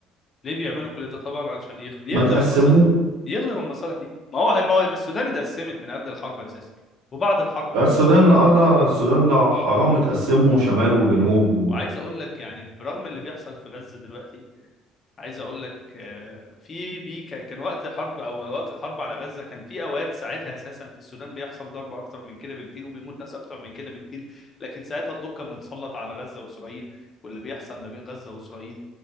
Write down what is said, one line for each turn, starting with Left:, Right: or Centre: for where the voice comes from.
Left: ليه بيعملوا كل ده طبعا علشان يخ- يخدم
Right: ما تقسموه
Left: المصالح يخدم المصالح دي ما هو ما هو ما السودان اتقسمت من قبل الحرب اساسا وبعد الحرب متقسمه
Right: السودان
Left: اكتر
Right: اه السودان ده حرام اتقسموا شمال وجنوب و...
Left: وعايز اقول لك يعني برغم اللي بيحصل في غزه دلوقتي عايز اقول لك آه، في بي ك- كان وقت حرب او وقت الحرب على غزه كان في اوقات ساعتها اساسا في السودان بيحصل ضرب اكتر من كده بكتير وبيموت ناس اكتر من كده بكتير لكن ساعتها الضوء كان متسلط على غزه واسرائيل واللي بيحصل ما بين غزه واسرائيل